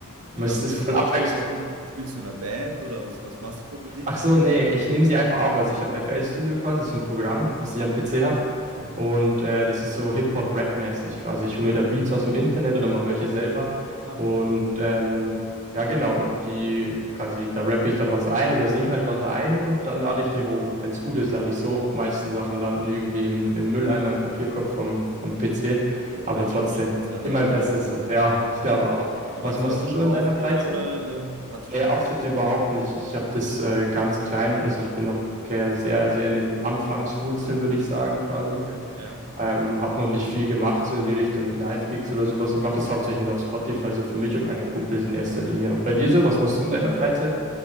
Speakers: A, on the right; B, on the right.
A: Wie
B: Es
A: darf ich
B: ist
A: mir das
B: voll
A: vorstellen?
B: abwechslung.
A: Spiel, spielst du in einer Band oder was, was machst du für Musik?
B: Ach so, nee, ich nehme sie einfach auf. Also ich habe FL Studio quasi, so ein Programm,
A: Mhm.
B: was ich am PC habe.
A: Mhm.
B: Und äh, das ist so Hip-Hop-Rap-mäßig quasi. Ich hole mir da Beats aus dem Internet oder mache welche selber.
A: Ah,
B: Und
A: okay. Ist
B: ähm, ja, genau. Und die quasi, da rappe ich dann was ein oder sing halt was ein und dann lade ich die hoch. Wenn es gut ist, lade ich so. Meisten Sachen landen irgendwie im, im Mülleimer, im Papierkorb vom, vom PC.
A: ja wahrscheinlich
B: Aber trotzdem,
A: bei vielen Künstlern
B: immer
A: so, oder?
B: mein Bestes so. Ja, ich glaube auch.
A: Aber
B: Was
A: hattest
B: machst
A: du dann auch
B: du
A: schon
B: so
A: mal
B: in
A: Auftritte
B: deiner Freizeit?
A: oder äh, hattest
B: Nee,
A: du schon
B: Auftritte
A: mal Auftritte?
B: überhaupt nicht. Ich habe das äh, ganz klein, also ich bin noch ge- sehr, sehr in den Anfangswurzeln, würde ich sagen, quasi.
A: Okay, ja.
B: Ähm, habe noch nicht viel gemacht, so in die Richtung mit Live-Gigs oder sowas. Ich mache das hauptsächlich nur auf Spotify, so für mich und meine Kumpels in erster Linie. Und bei dir so, was machst du in deiner Freizeit?